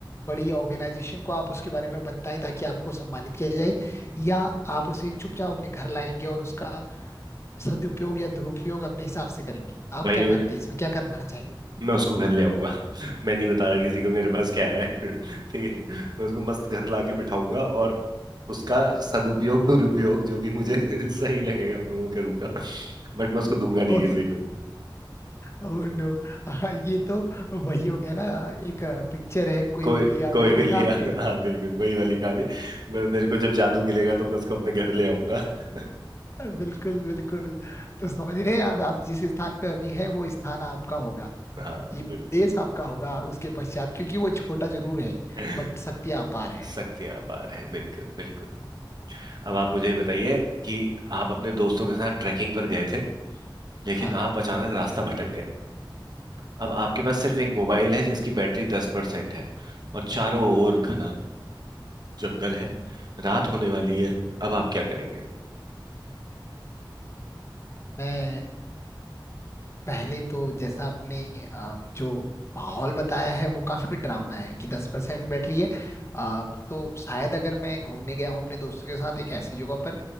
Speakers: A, on the left; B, on the right.
A: बड़ी ऑर्गेनाइजेशन को आप उसके बारे में बताएं ताकि आपको सम्मानित किया जाए या
B: हम्म,
A: आप उसे चुपचाप अपने घर लाएंगे और उसका सदुपयोग या दुरुपयोग अपने हिसाब से करेंगे आप
B: भाई
A: क्या मानते हैं इसमें क्या करना चाहेंगे
B: मैं उसको घर ले आऊंगा <laughs> मैं नहीं बता रहा किसी को मेरे पास क्या है <laughs> ठीक है मैं उसको मस्त घर लाके बिठाऊंगा और उसका सदुपयोग दुरुपयोग जो भी मुझे <laughs> सही लगेगा मैं वो करूंगा बट मैं उसको दूंगा
A: ओह
B: नहीं किसी को
A: नो <laughs> ये तो वही हो गया ना एक पिक्चर है कोई
B: कोई
A: मिल गया
B: कोई
A: मैं
B: मिल
A: देखा
B: गया
A: आपने
B: <laughs> हाँ बिल्कुल वही वाली कहानी मैं मेरे को जब जादू मिलेगा तो मैं उसको अपने घर ले आऊंगा <laughs>
A: बिल्कुल बिल्कुल तो समझ रहे हैं अब आप जिस स्थान पे अभी है वो स्थान आपका होगा
B: हाँ
A: ये देश
B: बिल्कुल
A: आपका होगा उसके पश्चात क्योंकि वो छोटा जरूर है
B: <laughs>
A: बट शक्ति अपार है
B: शक्तियां अपार है बिल्कुल बिल्कुल अब आप मुझे ये बताइए कि आप अपने दोस्तों के साथ ट्रैकिंग पर गए थे लेकिन
A: हाँ
B: आप अचानक रास्ता भटक गए अब आपके पास सिर्फ एक मोबाइल है जिसकी बैटरी दस परसेंट है और चारों ओर घना जंगल है रात होने वाली है अब आप क्या करेंगे
A: मैं पहले तो जैसा आपने अ, जो माहौल बताया है वो काफी डरावना है कि दस परसेंट बैटरी है अ, तो शायद अगर मैं घूमने गया हूँ अपने दोस्तों के साथ एक ऐसी जगह पर